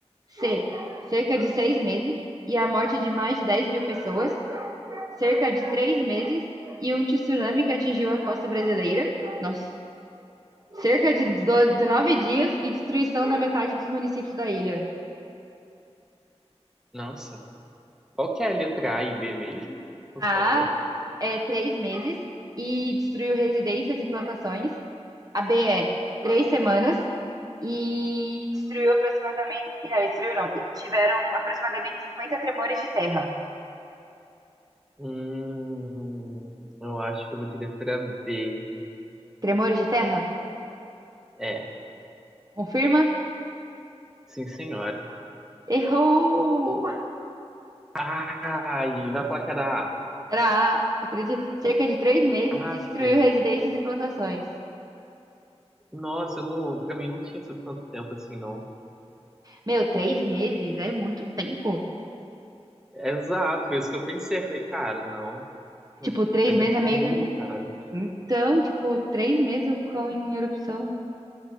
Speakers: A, on the right; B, in the centre.
A: C. Cerca de seis meses e a morte de mais de 10 mil pessoas. cerca de três meses e um tsunami que atingiu a costa brasileira. Nossa, cerca de do- 19 dias e destruição da metade dos municípios da ilha.
B: Nossa. Qual que é a letra A e B mesmo? Por
A: A
B: favor.
A: A é três meses e destruiu residências e plantações. A B é três semanas e destruiu aproximadamente. e Não, destruiu não. E tiveram aproximadamente 50 tremores de terra.
B: Hum, eu acho que eu vou de letra B. hein?
A: Tremores de terra?
B: É,
A: Confirma?
B: sim, senhora.
A: Errou!
B: Ai, vai falar que era A.
A: Era A, acredito. Cerca de três meses
B: Aff,
A: destruiu residências e plantações.
B: nossa, eu não, pra mim não tinha sido tanto tempo assim, não.
A: Meu, três meses é muito tempo.
B: Exato, foi isso que eu pensei. Falei, cara, não.
A: Tipo, três
B: É tempo
A: meses é meio
B: pra burro,
A: que.
B: cara.
A: Então, tipo, três meses o vulcão em erupção.